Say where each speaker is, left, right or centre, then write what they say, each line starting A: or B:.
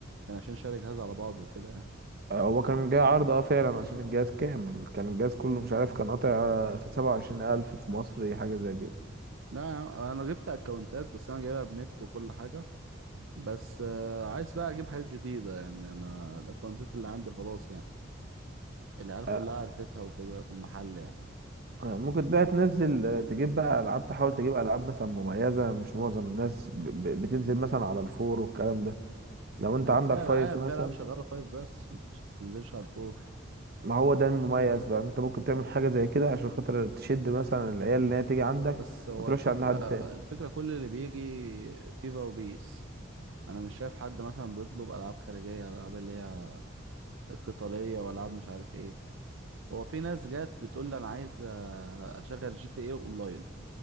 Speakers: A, on the right (about 80°); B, on the right (about 50°).
A: كان عشان شاري جهاز على بعضه وكده يعني
B: هو كان جاي عرض اه فعلا عشان الجهاز كامل كان الجهاز كله مش عارف كان قاطع سبعة وعشرين ألف في مصر حاجة زي كده
A: لا يا عم، انا جبت اكونتات بس انا جايبها بنت وكل حاجه بس آه، عايز بقى اجيب حاجات جديده يعني انا الاكونتات اللي عندي خلاص يعني العيال كلها
B: آه،
A: عرفتها وكده في المحل يعني
B: آه، ممكن بقى تنزل آه، تجيب بقى ألعاب تحاول تجيب ألعاب مثلا مميزة مش معظم الناس ب- ب- بتنزل مثلا على الفور والكلام ده لو أنت
A: يعني
B: عندك
A: في
B: فايف
A: العاب
B: مثلا
A: في العاب شغاله فايف بس ما تنزلش على الفور
B: ما هو ده المميز بقى أنت ممكن تعمل حاجة زي كده عشان خاطر تشد مثلا العيال اللي هي تيجي عندك
A: بس هو
B: ما تروحش
A: الفكرة
B: عند حد تاني
A: الفكرة كل اللي بيجي فيفا وبيس أنا مش شايف حد مثلا بيطلب ألعاب خارجية ألعاب اللي هي قتالية وألعاب مش عارف إيه هو في ناس جات بتقول لي أنا عايز آه، أشغل جي تي إيه أونلاين